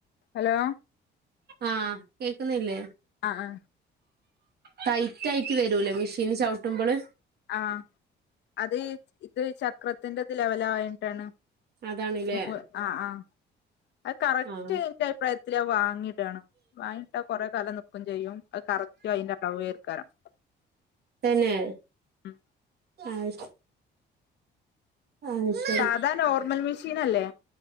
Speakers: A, on the left; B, on the right.
A: ഹലോ
B: ആഹ് കേക്കുന്നില്ലേ
A: ആ ആ
B: ടൈറ്റ് ആയിട്ട് വരൂല്ലെ മെഷീന് ചവിട്ടുമ്പള്
A: ആഹ് അത് ഇത് ചക്രത്തിന്റത് ലെവലായണ്ടാണ്
B: അതാണ്ല്ലേ
A: <unintelligible> ആഹ് ആഹ് അത് കറക്റ്റ്
B: ആഹ്
A: എനിക്കത് പ്രായത്തില് അത് വാങ്ങി ഇടണം വാങ്ങിട്ടാ കുറേ കാലം നിക്കും ചെയ്യും അത് കറക്റ്റ് അതിന്റെ അളവേക്കാറം
B: തന്നെ
A: ഉം
B: അയ് അയ് ശെരി
A: സാധാ നോർമൽ മെഷീൻ അല്ലേ